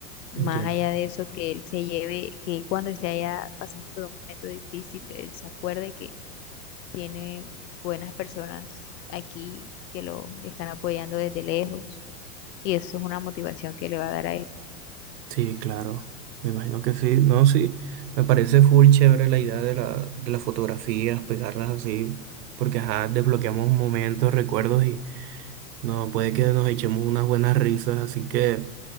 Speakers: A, on the left; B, on the right.
A: Más
B: entiendo.
A: allá de eso, que él se lleve, que él cuando esté allá pasando por un momento difícil, él se acuerde tiene buenas personas aquí que lo están apoyando desde lejos y eso es una motivación que le va a dar a él.
B: Sí, claro, me imagino que sí, no, sí, me parece full chévere la idea de la, de las fotografías, pegarlas así, porque ajá, desbloqueamos momentos, recuerdos y no, puede que nos echemos unas buenas risas, así que